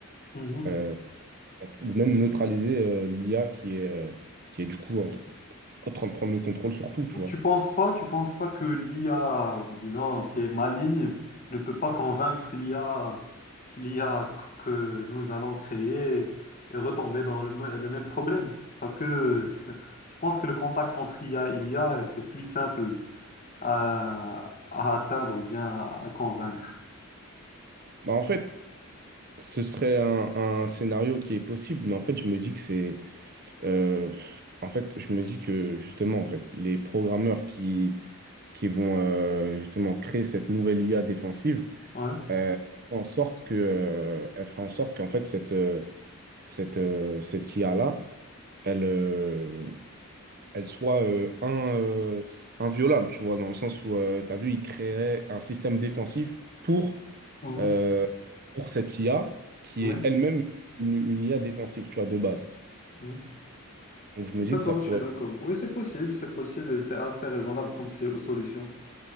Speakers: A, on the left; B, on the right.
A: Mhm.
B: euh, donc, Même neutraliser euh, l'IA qui est, euh, qui est du coup en, en train de prendre le contrôle sur tout, tu vois.
A: Tu penses pas, tu penses pas que l'IA, disons, qui est maligne, ne peut pas convaincre l'IA, l'IA que nous allons créer et retomber dans le, me- le même problème? Parce que c'est- je pense que le contact entre IA et IA, c'est plus simple à, à atteindre ou bien à, à convaincre.
B: Bah, en fait, ce serait un, un scénario qui est possible, mais en fait, je me dis que c'est... euh, en fait, je me dis que justement, en fait, les programmeurs qui, qui vont euh, justement créer cette nouvelle IA défensive
A: Ouais.
B: euh, font en sorte que, euh, elle fera en sorte qu'en fait, cette, euh, cette, euh, cette IA-là, elle, euh, elle soit euh, in- euh, inviolable, tu vois, dans le sens où, tu as vu, il créerait un système défensif pour,
A: Mhm.
B: euh, pour cette IA qui
A: Ouais.
B: est elle-même une, une IA défensive, tu vois, de base.
A: Mhm.
B: Donc je me
A: Je suis
B: dis
A: d'accord,
B: que ça pourrait...
A: je suis d'accord. Oui, c'est possible, c'est possible et c'est assez raisonnable comme si- solution.